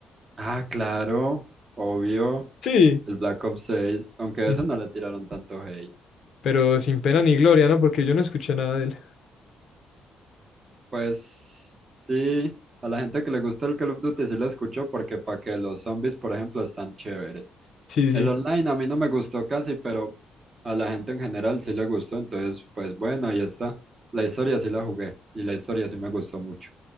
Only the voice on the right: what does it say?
Ah, claro, obvio.
El Black Ops seis aunque a
ese no le tiraron tanto hate.
Pues sí, a la gente que le gusta el Call of Duty sí lo escucho porque para que los zombies, por ejemplo, están chéveres.
El online a mí no me gustó casi, pero a la gente en general sí le gustó, entonces pues bueno, ahí está. La historia sí la jugué y la historia sí me gustó mucho.